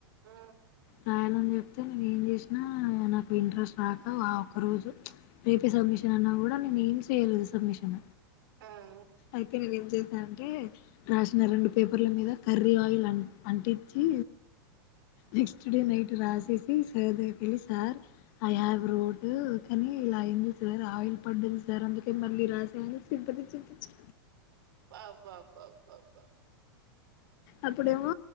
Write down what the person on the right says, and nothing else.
ఆ
ఆ ఆ
బ బ బ బ బ